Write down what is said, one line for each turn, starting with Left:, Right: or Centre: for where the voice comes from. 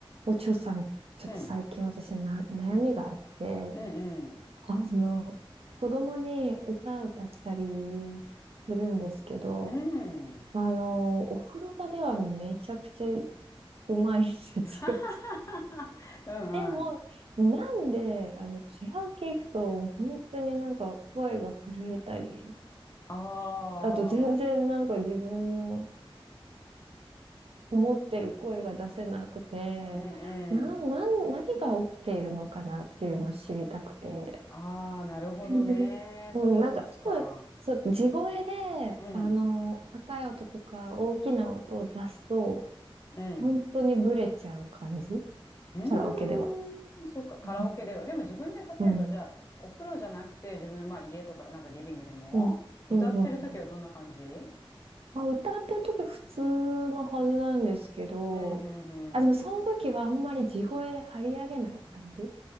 Right: お嬢さん、ちょっと最近私な、
Left: うん、
Right: 悩みがあって、
Left: うん、
Right: あの、子供に歌を歌ったりするんですけど、
Left: うん、うん。
Right: あの、お風呂場ではめちゃくちゃうまいんですよ。
Left: <laughs> うんうん。
Right: <laughs> でも、なんで、あの、違う系行くと、本当になんか声が震えたり、
Left: ああ、
Right: あと全然なんか自分の思ってる声が出せなくて、
Left: うんうん。
Right: な、なん、何が起きているのかなっていうのを知りたくて。
Left: ああ、なるほどね。
Right: <laughs> うん、
Left: そっかそっか。
Right: なんか、すぐ、そう、地声で、
Left: うん、
Right: あの、高い音とか大きな音を出すと、
Left: うん。
Right: 本当にブレちゃう感じ
Left: うーん、
Right: カラオケでは。
Left: そっか、カラオケでは。
Right: うん、
Left: でも自分で例えばじゃあ、
Right: うん、
Left: お風呂じゃなくて自分の、まあ、家とかなんかリビングでも歌ってる時はどんな感じうん、
Right: うん、うん。うんまあ、歌ってる時普通のはずなんですけど、
Left: うん、うん。
Right: あ、でもその時はあんまり地声で張り上げない感じ